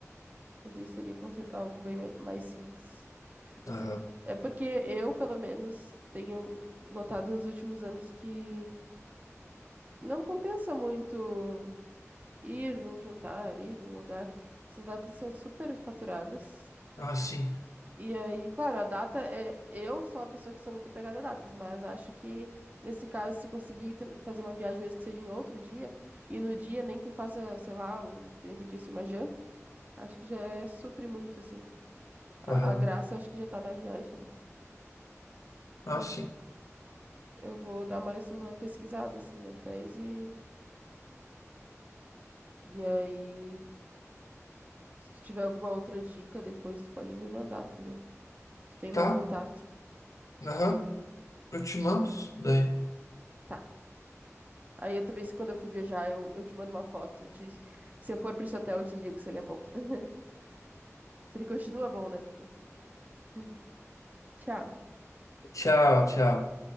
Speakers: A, on the right; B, on the left.
A: Mas isso seria com cer- algo bem mai- mais simples. <laughs>
B: Aham.
A: É porque eu, pelo menos, tenho notado nos últimos anos que não compensa muito ir num jantar, ir num lugar. Essas datas são super faturadas.
B: Ah, sim.
A: E aí, claro, a data é. Eu sou uma pessoa que sou muito apegada a datas, mas acho que nesse caso, se conseguir ten- fazer uma viagem mesmo que seja em outro dia, e no dia nem que faça, sei lá, um, que nem tu disse, uma janta, acho que já é supre muito, assim.
B: Aham.
A: A, a graça eu acho que já tá na viagem mesmo.
B: Ah,
A: Mas
B: sim.
A: eu vou dar mais uma pesquisada, assim, em hotéis e, e aí, se tiver alguma outra dica, depois tu pode me mandar também. Tu tem o
B: Tá.
A: meu contato.
B: Aham. Eu te mando. Daí.
A: Tá. Aí eu também, se quando eu for viajar, eu, eu te mando uma foto. Te- se eu for pra esse hotel, eu te digo se ele é bom. <laughs> Se ele continua bom, né? Porque... <laughs> Tchau.
B: Tchau, tchau.